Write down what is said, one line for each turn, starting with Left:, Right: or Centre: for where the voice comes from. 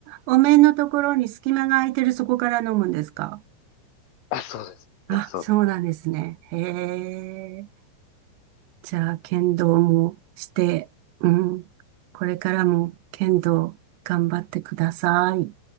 Right: お面のところに隙間が空いてる、そこから飲むんですか
Left: あ、そうですね、
Right: あ、
Left: そうです。
Right: そうなんですね。へえ。じゃあ、剣道もして、うん。これからも剣道頑張ってください。